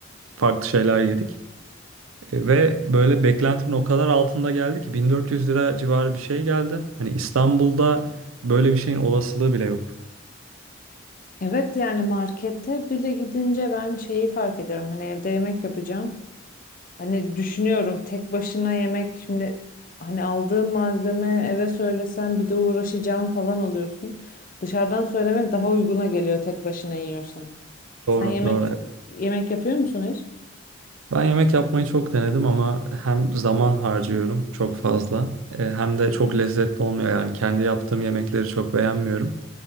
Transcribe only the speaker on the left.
Evet yani markete bile gidince ben şeyi fark ediyorum. Hani evde yemek yapacağım. Hani düşünüyorum tek başına yemek şimdi hani aldığım malzeme eve söylesen bir de uğraşacağım falan oluyorsun. Dışarıdan söylemek daha uyguna geliyor tek başına yiyorsan.
Sen yemek
yemek yapıyor musun hiç?